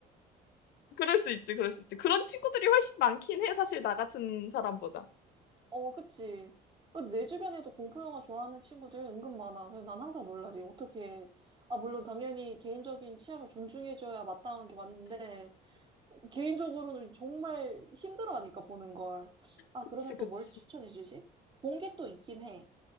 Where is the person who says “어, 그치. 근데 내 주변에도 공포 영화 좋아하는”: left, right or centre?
Right